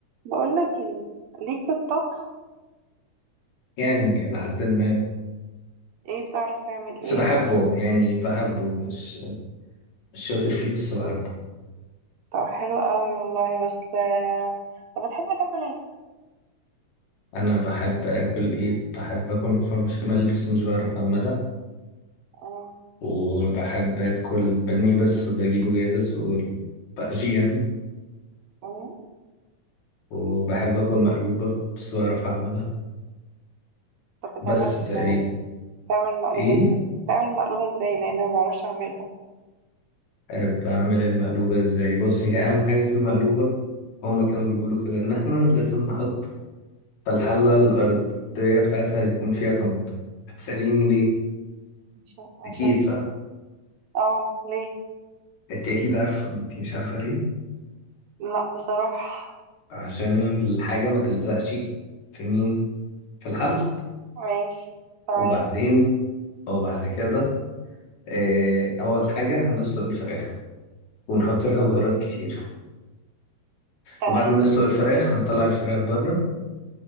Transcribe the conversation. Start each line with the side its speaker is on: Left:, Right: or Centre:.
Right: بقول لك ايه ليك في الطبخ
Left: يعني إلى حد ما
Right: ايه بتعرف تعمل ايه
Left: بس بحبه
Right: بقى
Left: يعني بحبه مش مش شاطر فيه بس بحبه
Right: طب حلو قوي والله بس آه، طب بتحب تاكل ايه
Left: أنا بحب آكل إيه بحب آكل مكرونة بشاميل بس مش بعرف أعملها
Right: آه،
Left: وبحب آكل بانيه بس بجيبه جاهز وبقليه يعني
Right: آه.
Left: وبحب آكل مقلوبة بس بعرف أعملها
Right: طب بتعمل
Left: بس
Right: ازاي
Left: تقريبا
Right: بتعمل مقلوبة
Left: إيه
Right: ازاي بتعمل مقلوبة ازاي لان ما بعرفش اعملها
Left: آه، بعمل المقلوبة إزاي بص هي أهم حاجة في المقلوبة هما كانوا بيقولوا كده إن إحنا لازم نحط في الحلة الأرضية بتاعتها يكون فيها طماطم هتسأليني ليه؟
Right: عشان عشان
Left: اكيد صح
Right: اه ليه
Left: انت اكيد عارفه انت مش عارفه ليه
Right: لا بصراحة
Left: عشان الحاجه ما تلزقش في مين في الحل
Right: ماشي تمام
Left: وبعدين او بعد كده آه، اول حاجه هنسلق الفراخ ونحط لها بهارات كتير
Right: تمام
Left: وبعد ما نسلق الفراخ هنطلع الفراخ بره